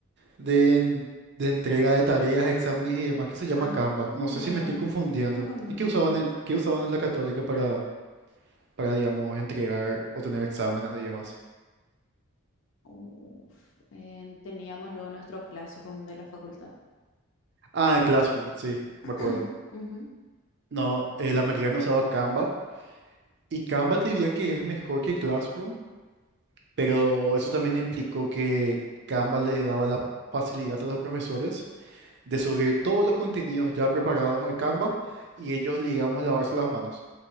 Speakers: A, on the right; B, on the left.
A: de, en- de entrega de tareas, exámenes y demás que se llama
B: Ah,
A: Canva.
B: no,
A: No sé si me
B: no,
A: estoy confundiendo.
B: no conozco.
A: ¿Y qué usaban en, qué usaban en la Católica para para, digamos, entregar o tener exámenes y demás.
B: Uf, eh, teníamos luego nuestro classroom de la facultad.
A: Ah, el Classroom, sí,
B: <clears throat>
A: me acuerdo.
B: Ujú.
A: No, eh, la maquinaria usaba Canva y Canva te diría que es mejor que Classroom, pero eso también implicó que Canva le daba la facilidad a los profesores de subir todos los contenidos ya preparados al Canva y ellos, digamos, lavarse las manos